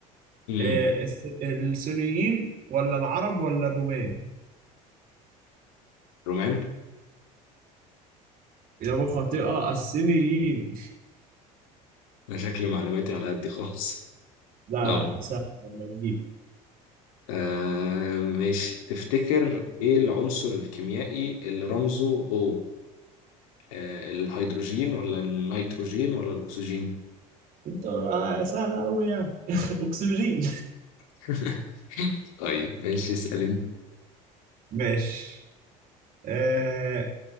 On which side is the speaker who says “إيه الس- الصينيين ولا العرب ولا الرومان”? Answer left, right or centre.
Right